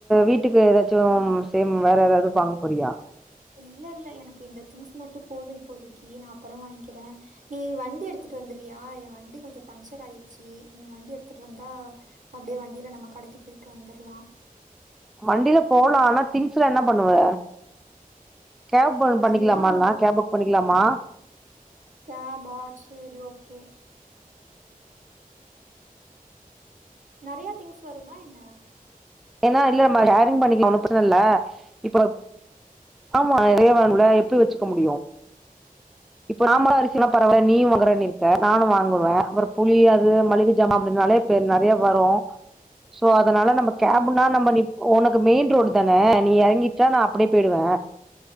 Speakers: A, in the centre; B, on the right.
A: வீட்டுக்கு ஏதாச்சு சேம் வேற ஏதாவது வாங்க போறியா
B: இல்ல இல்ல எனக்கு இந்த திங்ஸ் மட்டு போதும் இப்போதிக்கு நா அப்பறம் வாங்கிக்கிறே நீ வண்டி எடுத்துட்டு வந்துட்றியா என் வண்டி கொஞ்சோ பஞ்சர் ஆயிருச்சு நீ வண்டி எடுத்துட்டு வந்தா அப்படியே வண்டியில நம்ம கடைக்கு போயிட்டு வந்துரலா
A: வண்டியில போலா ஆனா திங்ஸ்ல என்ன பண்ணுவ கேப் ஒண்ணு பண்ணிக்கலாமா
B: எல்லாம்
A: இல்லனா கேப் புக் பண்ணிக்கலாமா
B: கேபா சேரி ஓகே நறைய திங்ஸ் வருமா என்ன
A: ஏன்னா இல்ல நம்ம ஷேரிங் பண்ணிக்கலா ஒன்னு பிரச்சன இல்ல, இப்போ ஆமா நெறைய வரும்ல எப்படி வச்சுக்க முடியு இப்போ நார்மல் அரிசினா பரவால்ல நீயு வாங்கறன்னு இருக்க நானு வாங்குவே அப்பறோ புளி அது மளிகை ஜாமா அப்டின்னாலே இப்ப நெறைய வரு சோ அதனால நம்ம கேப்னா நம்ம நீ உனக்கு மெயின் ரோடு தானே நீ எறங்கிட்டா நா அப்டியே போயிடுவே